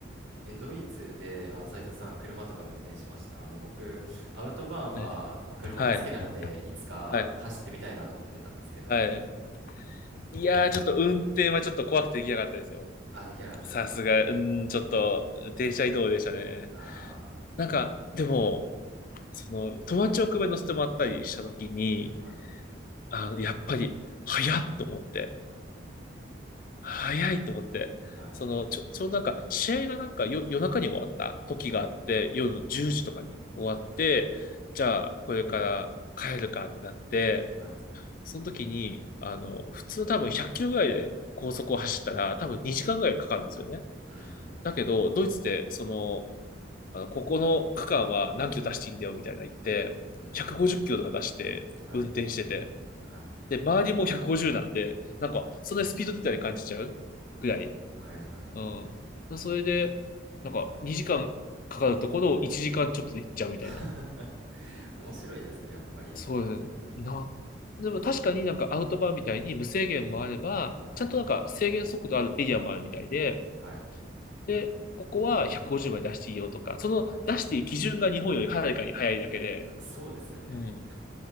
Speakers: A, on the right (about 80°); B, on the left (about 45°).
A: え、ドイツで、あの、斉藤さん、車とか運転しましたあの、僕、アウトバーンは、
B: はい
A: まあ、車が好きなので、
B: はい。
A: いつか走ってみたいなと思ってたんですけど、
B: はい。はい。いやー、ちょっと運転はちょっと怖くてできなかったですよ。
A: あ、できなかったですか
B: さすが、うん、ちょっと、電車移動でしたね。
A: あ
B: なんか、でも、その、友達を車に乗せてもらったりしたときに、
A: あー、はい、
B: あの、やっぱり、早っと思って、早いと思って、
A: はい、
B: その、ちょ、ちょうどなんか、試合がなんか夜、夜中に終わった時があって、
A: はい、
B: 夜の10時とかに終わって、
A: はい、
B: じゃあ、これから帰るかってなって、
A: はい。
B: その時に、あの、普通多分100キロぐらいで高速を走ったら、多分2時間ぐらいかかるんですよね。
A: うん、
B: だけど、ドイツで、その、あの、ここの区間は何キロ出していいんだよ、みたいな言って、
A: うん、
B: 150キロとか出して、
A: はい、
B: 運転してて、
A: はい。
B: で、周りも150なんで、なんか、
A: あ
B: そんなにスピード出たり感じちゃうぐらい。
A: あ、はい、はい、
B: う
A: はい。
B: ん。それで、なんか、2時間かかるところを1時間ちょっとで行っちゃうみたいな。
A: <laughs> 面白いですね、やっぱり。
B: そうですねな。
A: うん、
B: でも確かになんかアウトバーみたいに無制限もあれば、
A: はい、
B: ちゃんとなんか制限速度あるエリアもあるみたいで、
A: はい。
B: で、ここは150まで出していいよとか、その出していい基準が日本よりはるかに早いだけで、
A: ああ、そうですよね。
B: うん。